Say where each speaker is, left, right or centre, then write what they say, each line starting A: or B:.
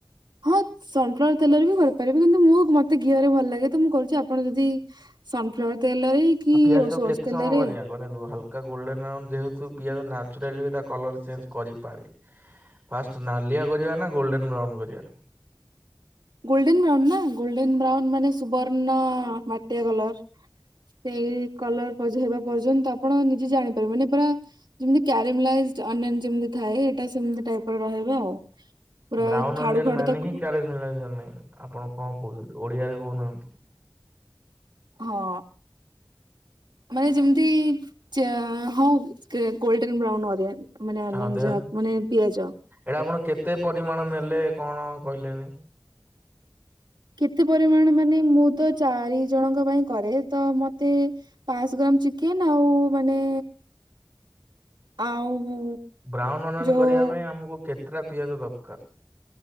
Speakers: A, on the right; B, on the right.
A: ହଁ ସନ୍ ଫ୍ଲାୱାର ତେଲରେ ବି କରିପାରିବେ କିନ୍ତୁ ମୁଁ ମତେ ଘିଅରେ ଭଲ ଲାଗେ ତ ମୁଁ କରୁଛି ଆପଣ ଯଦି ସନଫ୍ଲାୱାର ତେଲରେ କି
B: ଆଉ ପିଆଜ ଟାକୁ
A: ସୋରିଷ
B: କେତେ
A: ତେଲରେ
B: ସମୟ କରିବା ମାନେ ହଲକା ଗୋଲଡେନ ଯେହେତୁ ପିଆଜ ନାଚୁରାଲି ବି ତା କଲର ଚେଞ୍ଜ କରିପାରେ ଫାଷ୍ଟ ନାଲିଆ କରିବା ନା ଗୋଲ୍ଡେନ୍ ବ୍ରାଉନ୍ କରିବା?
A: ଗୋଲଡେନ ବ୍ରାଉନ ନା ଗୋଲଡେନ ବ୍ରାଉନ ମାନେ ସୁବର୍ଣ୍ଣ ମାଟିଆ କଲର। ସେଇ କଲର ପଜ ହେବା ପର୍ଯ୍ୟନ୍ତ ଆପଣ ନିଜେ ଜାଣିପାରିବେ ମାନେ ପୁରା ଯେମିତି କ୍ୟାରମଲାଇଜ ଅନ୍ୟାନ ଯେମିତି ଥାଏ ଏଇଟା ସେମିତି ଟାଇପ ରହିବ ଆଉ। ପୁରା
B: ବ୍ରାଉନ
A: ଖାଡୁ
B: ଓନିଅନ
A: ଖାଡୁ
B: ମାନେ
A: ତାକୁ
B: ହିଁ କ୍ୟାରେଜ <unintelligible> ନାହିଁ ଆପଣ କଣ କହୁଛନ୍ତି ଓଡିଆରେ କହୁନାହାନ୍ତି?
A: ହଁ ମାନେ ଯେମିତି ଚା ହୋଉ କେ ଗୋଲଡେନ୍ ବ୍ରାଉନ ଅରିଆନ ମାନେ ଓନିଆନ
B: ହଁ ଦେନ୍
A: ଯାହା ମାନେ ପିଆଜ
B: ଏଇଟା ଆପଣ କେତେ ପରିମାଣ ନେଲେ କଣ କହିଲେନି?
A: କେତେ ପରିମାଣ ମାନେ ମୁଁ ତ ଚାରି ଜଣଙ୍କ ପାଇଁ କରେ ତ ମତେ ପାଞ୍ଚଶହ ଗ୍ରାମ ଚିକେନ ଆଉ ମାନେ ଆଉ
B: ବ୍ରାଉନ ଅନିଅନ
A: ଯୋଉ
B: କରିବା ପାଇଁ ଆମକୁ କେତେଟା ପିଆଜ ଦରକାର?